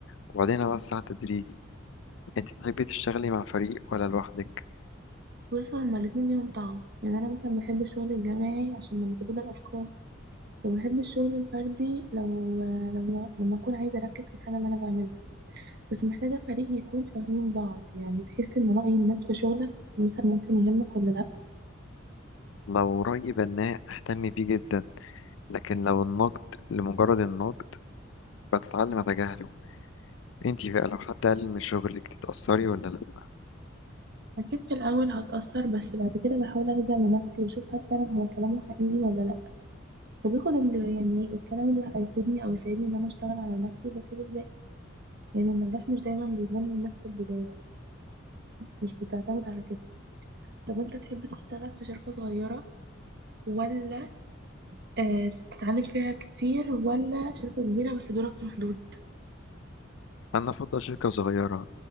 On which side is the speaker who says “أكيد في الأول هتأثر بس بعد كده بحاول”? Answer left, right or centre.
Right